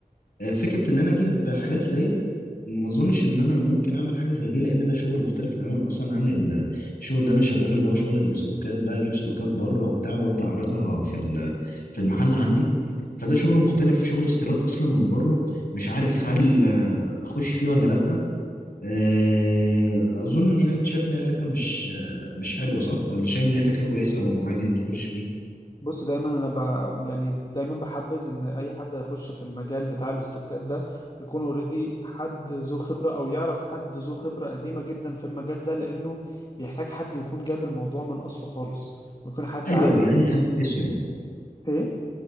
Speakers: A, on the left; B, on the left.
A: آه، فكرة إن أنا أجيب حاجات ليا ما أظنش إن أنا ممكن أعمل حاجة زي دي لأن ده شغل مختلف تماما أصلا عن الشغل اللي أنا شغاله اللي هو شغل الاستوكات بقى أجيب استوكات بره وبتاع وأبدأ أعرضها في ال- آه، في المحل عندي فده شغل مختلف وشغل استيراد أصلا من بره مش عارف هل آه، أخش فيه ولا لأ آه، أظن يعني أنت شايف إن هي فكرة مش آه، مش حلوة صح ولا شايف إن هي فكرة كويسة وعادي نخش فيه
B: بص دايما انا ب... يعني دايما بحبذ ان اي حد هيخش في المجال بتاع الاستوكات ده يكون اوريدي حد ذو خبره او يعرف حد ذو خبره قديمه جدا في المجال ده لانه بيحتاج حد يكون جاب الموضوع من اصله خالص ويكون حد
A: حلو
B: عارف
A: أوي يعني هنفكسه يعني
B: إيه